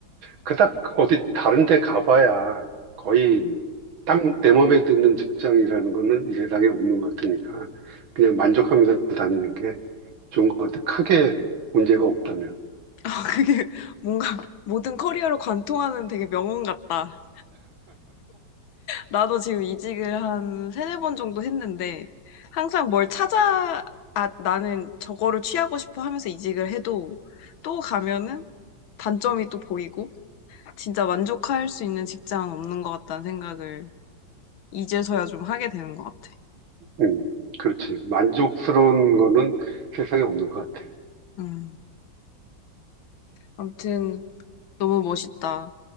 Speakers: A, on the right; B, on the left.
A: 그닥 어디 다른 데 가봐야 거의
B: <laughs>
A: 딱 내 맘에 드는 직장이라는 거는 이 세상에 없는 것 같으니까 그냥 만족하면서 다니는 게 좋은 것 같아. 크게 문제가 없다면.
B: 아, 그게 뭔가 모든 커리어를 관통하는 되게 명언 같다. 나도 지금 이직을 한 세네 번 정도 했는데, 항상 뭘 찾아, 아, 나는 저거를 취하고 싶어 하면서 이직을 해도, 또 가면은 단점이 또 보이고, 진짜 만족할 수 있는 직장은 없는 것 같다는 생각을 이제서야 좀 하게 되는 것 같아.
A: 음, 그렇지. 만족스러운 거는 세상에 없는 것 같아.
B: 음. 아무튼, 너무 멋있다.